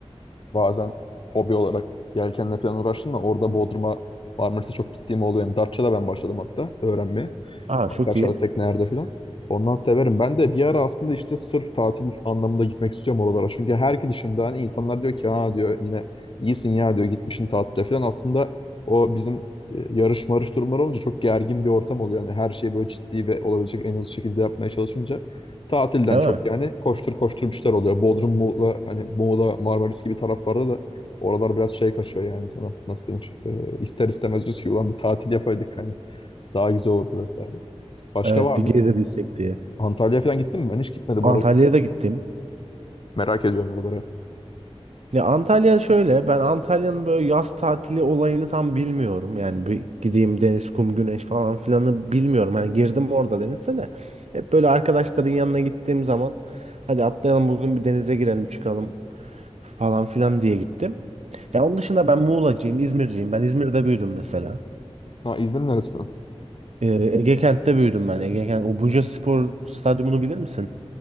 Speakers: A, on the left; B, on the right.
A: bazen hobi olarak yelkenle falan uğraştım da orada Bodrum'a Marmaris'e çok gittiğim oluyor. Yani Datça'da ben başladım hatta öğrenmeye.
B: Aa
A: Arkadaşlar
B: çok iyi.
A: teknelerde falan. Ondan severim. Ben de bir ara aslında işte sırf tatil anlamında gitmek istiyorum oralara. Çünkü her gidişimde hani insanlar diyor ki ha diyor yine iyisin ya diyor gitmişsin tatile falan. Aslında o bizim e, yarış marış durumları olunca çok gergin bir ortam oluyor. Yani her şeyi böyle ciddi ve olabilecek en hızlı şekilde yapmaya çalışınca tatilden
B: Değil
A: çok
B: mi?
A: yani koştur koştur bir şeyler oluyor. Bodrum, Muğla, hani Muğla, Marmaris gibi taraflarda da oralar biraz şey kaçıyor yani sana nasıl denir? E, ister istemez diyorsun ki ulan bir tatil yapaydık hani daha güzel olurdu vesaire. Başka
B: Evet
A: var
B: bir
A: mı?
B: gezebilsek diye.
A: Antalya'ya falan gittin mi? Ben hiç gitmedim
B: Antalya'ya
A: oralara.
B: da gittim.
A: Merak ediyorum oraları.
B: Ya Antalya şöyle ben Antalya'nın böyle yaz tatili olayını tam bilmiyorum. Yani bir gideyim deniz, kum, güneş falan filanı bilmiyorum. Hani girdim orada denize de. Hep böyle arkadaşların yanına gittiğim zaman hadi atlayalım bugün bir denize girelim çıkalım. falan filan diye gittim. Ya onun dışında ben Muğlacıyım, İzmirciyim. Ben İzmir'de büyüdüm mesela.
A: Ha, İzmir'in neresinden?
B: Ee, Ege Kent'te büyüdüm ben. Ege Kent, o Buca Spor Stadyumunu bilir misin?